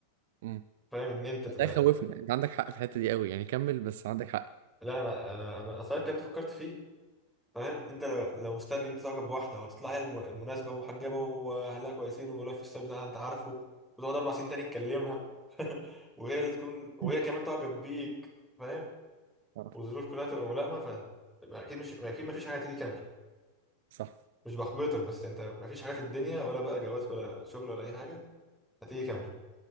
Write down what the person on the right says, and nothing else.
امم
ده خوفنا انت عندك حق في الحته دي قوي يعني كمل بس عندك حق
<laughs>
آه،
صح